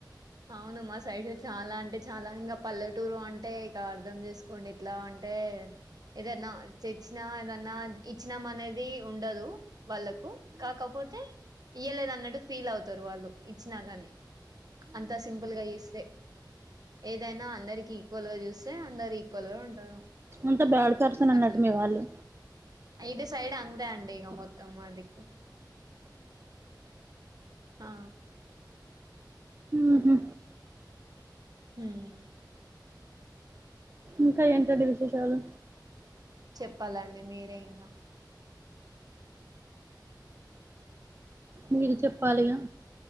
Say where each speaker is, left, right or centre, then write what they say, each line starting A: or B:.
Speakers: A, on the right; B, on the right.
A: అవును మా సైడ్ చాలా అంటే చాలా ఇంగ పల్లెటూరు అంటే ఇక అర్ధం జేస్కోండి ఏట్లా అంటే ఏదన్నా చెచ్చినా ఏదన్నా ఇచ్చిమానేది ఉండదు వాళ్ళకు కాకపో పోతే ఇయ్యలేద్ అన్నట్టు ఫీల్ అవుతారు వాళ్ళు ఇచ్చినా గాని అంతా సింపుల్ గా ఈస్తే ఏదైనా అందరికి ఈక్వల్ గా చూస్తే అందరు ఈక్వల్ గా ఉంటారు
B: అంత బ్యాడ పర్సన్ అన్నట్టు
A: అట్లా
B: మీ వాళ్ళు
A: ఇటు సైడ్ అంతే అండి ఇంగ మొత్తం మాది ఆ
B: ఊహు.
A: హుమ్
B: ఇంకా ఎంటండి విశేషాలు
A: చెప్పలండి మీరే ఇంగ
B: మీరు చెప్పాలిగా